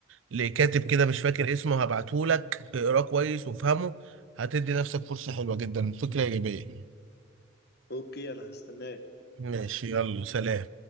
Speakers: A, on the right; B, on the left.
A: لكاتب كده مش فاكر اسمه هبعتهولك اقراه كويس وافهمه هتدي نفسك فرصة حلوة جدا فكرة إيجابية
B: اوكي انا هستناك
A: ماشي يلا سلام